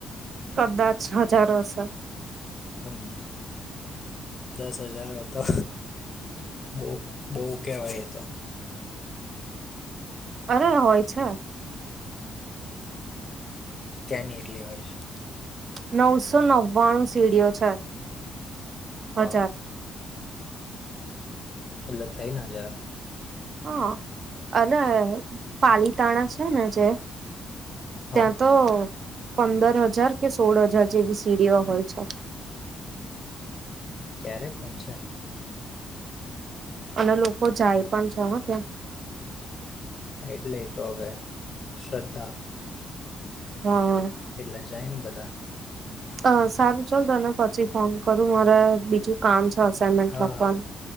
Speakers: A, on the right; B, on the left.
A: કદાચ હજારોશેર.
B: હૂમ. દસ હજાર તો બહુ બહુ કેવાય એ તો.
A: અરે હોય છે.
B: કેની એટલી હોય છે.
A: નવસો નવ્વાણું સીડીઓ છે
B: હા
A: હજાર.
B: એટલે થઈ ને હજાર.
A: હા અને પાલીતાણા છે ને જે
B: હા
A: ત્યાં તો પંદર હજાર કે સોળ હજાર જેવી સીડીઓ હોય છે.
B: ક્યારે પહોંચાય.
A: અને લોકો જાય પણ છે ને ત્યાં.
B: એટલે તો હવે શ્રદ્ધા.
A: હમ હ.
B: એટલે જાયને બધા.
A: અ સારું ચાલ તને પછી ફોન કરું મારે બીજું કામ છે અસાઈમેન્ટ
B: હા
A: લખવાનું.
B: હા